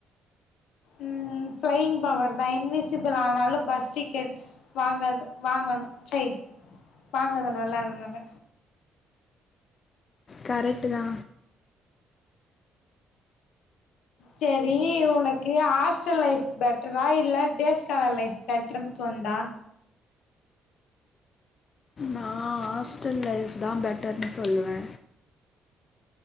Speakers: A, on the left; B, on the left.
A: உம் ஃப்ளையிங் பவர் தா இன்விசிபிள் ஆனாலு பஸ் டிக்கெட் வாங்கது வாங்கணு சய் வாங்க வேணும்ல அதனால
B: கரெக்ட்டு தா.
A: செரி உனக்கு ஹாஸ்டல் லைஃப் பெட்டரா இல்ல டேஸ்காலர் லைஃப் பெட்டர்ன்னு தோணுதா
B: நான் ஹாஸ்டல் லைஃப் தா பெட்டர்ன்னு சொல்லுவே